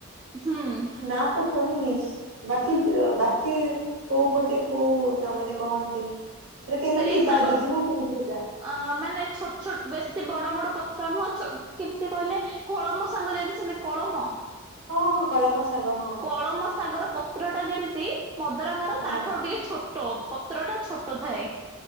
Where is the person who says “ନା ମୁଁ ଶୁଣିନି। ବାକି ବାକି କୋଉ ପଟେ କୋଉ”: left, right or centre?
Right